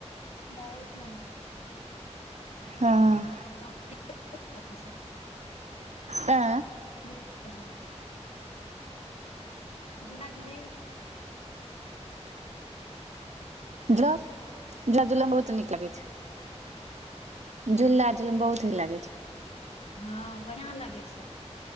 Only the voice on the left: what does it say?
बहुत मन्दिर-
हँ <unintelligible>
<unintelligible> झूला झूली।
हँं बढ़ियां लागै छैय